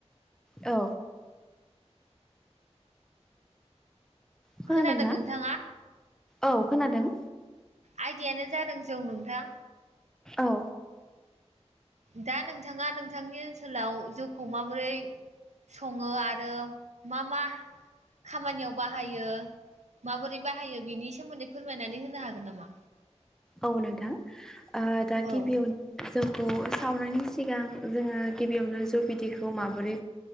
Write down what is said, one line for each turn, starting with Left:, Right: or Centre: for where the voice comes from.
Centre: औ खोनादोंना
Right: खोनादों नोंथाङा
Centre: औ खोनादों
Right: आइदायानो जादों जौ नोंथां
Centre: औ
Right: दा नोंथाङा नोंथांनि ओनसोलाव जौखौ माबोरै सङो आरो मा मा खामानियाव बाहायो माबोरै बाहायो बेनि सोमोन्दै फोरमायनानै होनो हागोन नामा
Centre: औ नोंथां दा
Right: औ
Centre: गिबियावनो जौ खौ सावनायनि सिगां जोङो गिबियावनो जौ बिदैखौ माबोरै